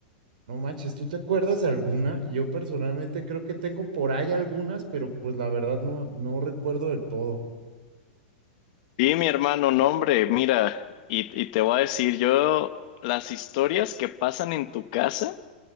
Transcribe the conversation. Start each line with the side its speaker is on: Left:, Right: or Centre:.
Right: No manches, ¿tú te acuerdas de alguna? Yo personalmente creo que tengo por ahí algunas, pero pues la verdad no, no recuerdo del todo.
Left: Sí, mi hermano, no, hombre, mira, y, y te voy a decir, yo las historias que pasan en tu casa,